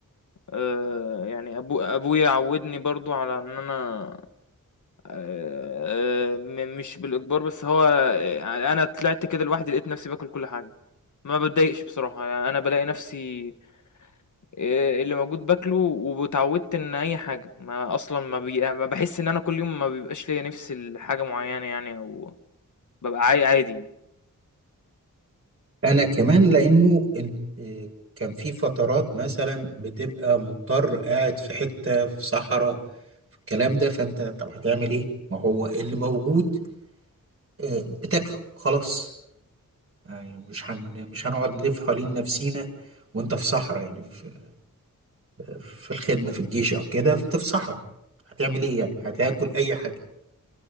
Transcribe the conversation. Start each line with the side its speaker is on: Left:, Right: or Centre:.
Left: آآ يعني أبو أبويا عوّدني برضه على إن أنا آآ م مش بالإجبار، بس هو آآ أنا طلعت كده لوحدي لقيت نفسي باكل كل حاجة، ما باتضايقش بصراحة، يعني أنا بالاقي نفسي آآ اللي موجود باكله واتعودت إن أي حاجة، ما أصلًا ما بي ما باحس إن أنا كل يوم ما بيبقاش ليّا نِفْس لحاجة معيّنة يعني أو بابقى عا عادي يعني.
Right: انا كمان لانه إن- إيه، كان في فترات مثلا بتبقى مضطر قاعد في حتة في صحراء في الكلام ده فانت طب هتعمل ايه ما هو اللي موجود آه، بتاكله خلاص يعني مش هن مش هنقعد نلف حوالين نفسينا وانت في صحراء يعني في, في الخدمة في الجيش او كده فانت في صحراء هتعمل ايه يعني هتاكل
Left: إمم،
Right: اي حاجة